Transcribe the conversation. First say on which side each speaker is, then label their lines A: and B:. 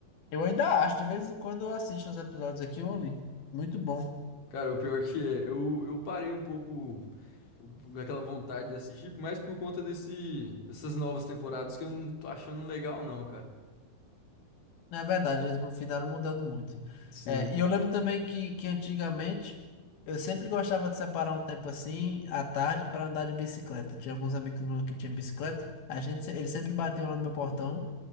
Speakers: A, on the left (about 80°); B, on the left (about 40°).
A: Eu ainda acho, de vez em quando eu assisto os episódios aqui, eu ouvi. Muito bom.
B: Cara, o pior que é, eu, eu parei um pouco o- aquela vontade de assistir, mais por conta desse, dessas novas temporadas que eu não tô achando legal, não, cara.
A: Na verdade, eles finalizaram mudando muito.
B: Sim.
A: É, e eu lembro também que, que antigamente eu sempre gostava de separar um tempo assim, à tarde, para andar de bicicleta. Tinha alguns amigos meus que tinham bicicleta, a gente, se- eles sempre batiam lá no meu portão